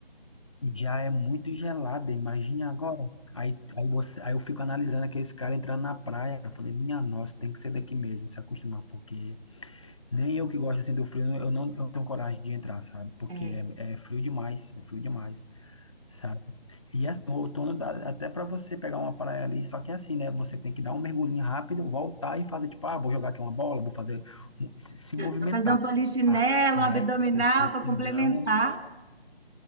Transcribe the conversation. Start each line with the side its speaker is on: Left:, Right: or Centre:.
Left: já é muito gelada, imagine agora. Aí, aí, você, aí eu fico analisando aqueles caras entrando na praia, eu falei, minha nossa, tem que ser daqui mesmo, se acostumar, porque nem eu que gosto assim do frio, eu não, eu não tenho coragem de entrar, sabe? Porque
Right: É.
Left: é, é frio demais, é frio demais. Sabe? E assim, o outono dá até para você pegar uma praia ali, só que é assim, né? Você tem que dar um mergulhinho rápido, voltar e fazer tipo, ah, vou jogar aqui uma bola, vou fazer um- se se movimentar,
Right: Para fazer um polichinelo,
Left: né?
Right: um abdominal
Left: Porque senão,
Right: para complementar